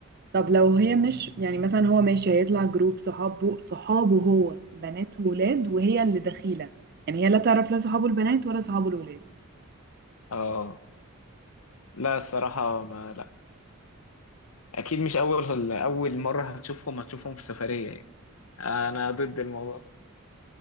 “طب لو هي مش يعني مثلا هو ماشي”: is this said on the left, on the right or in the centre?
Right